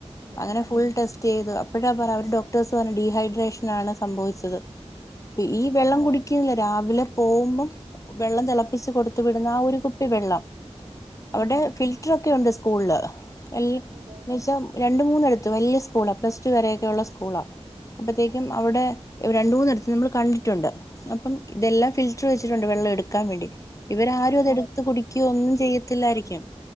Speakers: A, on the left; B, on the right.
A: അങ്ങനെ
B: ഉം
A: ഫുൾ ടെസ്റ്റ് ചെയ്തു അപ്പോഴാ പറ അവര് ഡോക്ടേഴസ് പറഞ്ഞ ഡീഹൈഡ്രേഷൻ ആണ് സംഭവിച്ചത് ഈ വെള്ളം
B: ഓ
A: കുടി <unintelligible> രാവിലെ പോകുമ്പം വെള്ളം തിളപ്പിച്ച് കൊടുത്തു വിടുന്ന ആ ഒരു കുപ്പി വെള്ളം
B: ഉം
A: അവിടെ
B: ഉം
A: ഫിൽറ്റർ ഒക്കെ ഉണ്ട് സ്കൂളില് എല്ല
B: അതെ
A: എന്ന് വെച്ചാ രണ്ട് മൂന്നടുത്ത് വല്യ സ്കൂളാ പ്ലസ് ടു വരെയൊക്കെയുള്ള സ്കൂളാ. അപ്പത്തേക്കും
B: ഉം
A: അവിടെ രണ്ട് മൂന്നിടത്ത് നമ്മൾ കണ്ടിട്ടുണ്ട് അപ്പം ഇതെല്ലാം ഫിൽറ്റർ വെച്ചിട്ടുണ്ട് വെള്ളം എടുക്കാൻ വേണ്ടി ഇവരാരും
B: ഓ
A: അത് എടുത്ത് കുടിക്കുകയോ ഒന്നും ചെയ്യത്തില്ലായിരിക്കും